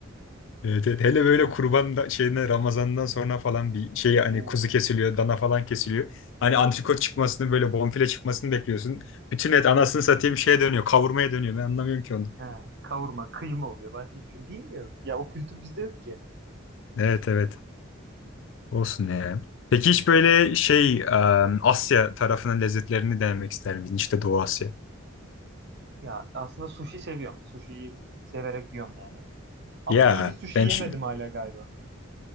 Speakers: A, on the left; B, on the right.
A: Evet, evet. Hele böyle kurban da, şeyine Ramazan'dan sonra falan bir şey hani
B: Oo.
A: kuzu kesiliyor, dana falan kesiliyor. Hani antrikot çıkmasını böyle bonfile çıkmasını bekliyorsun. Bütün et anasını satayım şeye dönüyor, kavurmaya dönüyor. Ben anlamıyorum ki onu.
B: He, kavurma, kıyma oluyor. Başka hiçbir şey bilmiyoruz. Ya o kültür bizde yok ki.
A: Evet evet. Olsun ya. Peki hiç böyle şey e, Asya tarafının lezzetlerini denemek ister miydin? İşte Doğu Asya.
B: Ya aslında sushi seviyorum. Sushi'yi severek yiyorum yani. Ama
A: Ya
B: iyi bir sushi
A: ben
B: yemedim
A: ç-
B: hala galiba.